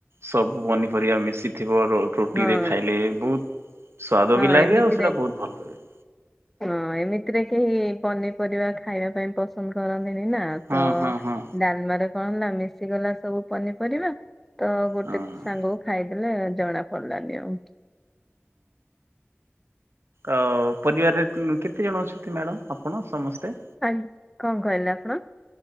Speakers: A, on the right; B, in the centre.
A: ସବୁ ପନିପରିବା ମିଶିଥିବ ରୋ ରୁଟି
B: ହଁ
A: ରେ ଖାଇଲେ ବହୁତ୍ ସ୍ଵାଦ ବି
B: ହଁ
A: ଲାଗେ
B: ଏମିତି
A: ଆଉ ସେଇଟା
B: ରେ
A: ବହୁତ ଭଲ ଲାଗେ।
B: ହଁ ଏମିତିରେ କେହି ପନିପରିବା ଖାଇବା ପାଇଁ ପସନ୍ଦ କରନ୍ତିନି ନା।
A: ହଁ
B: ତ
A: ହଁ ହଁ।
B: ଡାଲମାରେ କଣ ନା ମିଶିଗଲା ସବୁ ପନିପରିବା। ତ ଗୋଟେ
A: ହଁ
B: ସାଙ୍ଗକୁ ଖାଇଦେଲେ ଜଣା ପଡଲାନି ଆଉ।
A: ଆ ପରିବାରରେ କେତେ ଜଣ ଅଛନ୍ତି ମ୍ୟାଡ଼ମ୍ ଆପଣ ସମସ୍ତେ?
B: ଆଜ୍ଞା କଣ କହିଲେ ଆପଣ?